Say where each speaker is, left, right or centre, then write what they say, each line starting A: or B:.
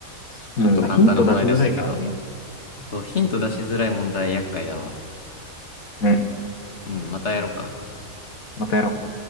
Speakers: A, on the left; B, on the left.
A: ちょちょっと簡単な問題出したけど。
B: うん、ヒント出しづらいからね。
A: そう、ヒント出しづらい問題厄介だわ。
B: ね。
A: うん、またやろうか。
B: またやろう。